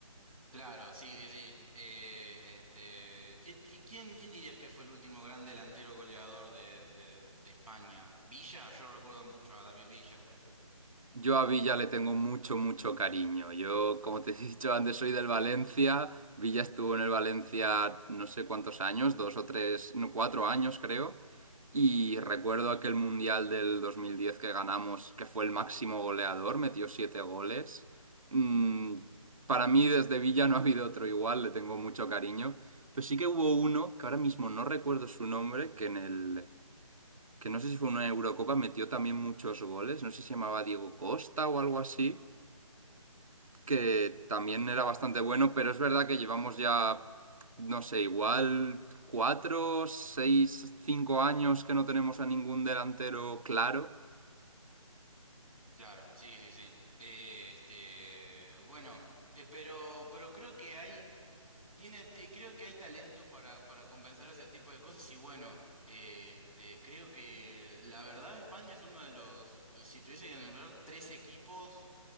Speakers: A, in the centre; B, on the right.
A: Claro, sí, sí, sí. Eh, este, ¿qui- qui- quién, quién dirías que fue el último gran delantero goleador de, de- de España? Villa, yo recuerdo mucho a David Villa, por ejemplo.
B: Yo a Villa le tengo mucho, mucho cariño. Yo, como te he <laughs> dicho antes, soy del Valencia. Villa estuvo en el Valencia no sé cuántos años, dos o tres, no, cuatro años creo. Y recuerdo aquel Mundial del 2010 que ganamos, que fue el máximo goleador, metió siete goles. Mm, para mí desde Villa no ha habido otro igual, le tengo mucho cariño. Pero sí que hubo uno, que ahora mismo no recuerdo su nombre, que en el que no sé si fue una Eurocopa, metió también muchos goles, no sé si se llamaba Diego Costa o algo así, que también era bastante bueno, pero es verdad que llevamos ya, no sé, igual cuatro, seis, cinco años que no tenemos a ningún delantero claro.
A: Claro, sí, sí, sí. Eh, este, bueno, eh, pero, pero creo que hay Tiene, ti- creo que hay talento para, para compensar ese tipo de cosas y bueno, eh, este, creo que la verdad España es uno de los, si tuviese que nombrar tres equipos